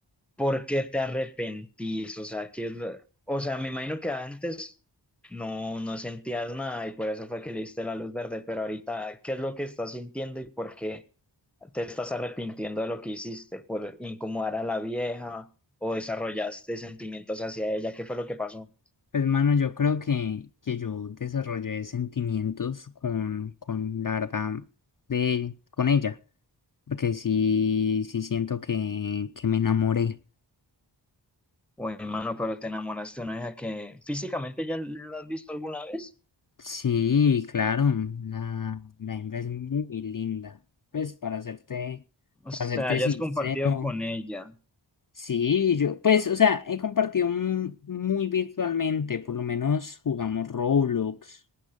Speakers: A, in the centre; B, on the left.
A: por qué te arrepentís. O sea, ¿qué es lo- o sea, me imagino que antes no, no sentías nada y por eso fue que le diste la luz verde, pero ahorita, ¿qué es lo que estás sintiendo y por qué? te estás arrepintiendo de lo que hiciste por incomodar a la vieja o desarrollaste sentimientos hacia ella, ¿qué fue lo que pasó?
B: Pues mano, yo creo que, que yo desarrollé sentimientos con, con la verdad de, con ella. Porque sí, sí siento que, que me enamoré.
A: O hermano, pero te enamoraste de una vieja que físicamente ya la has visto alguna vez,
B: Sí, claro, la, la hembra es muy linda. Pues para hacerte
A: o
B: para
A: sea,
B: hacerte
A: ya
B: sincero,
A: has compartido con ella.
B: sí, yo, pues, o sea, he compartido mu- muy virtualmente, por lo menos jugamos Roblox.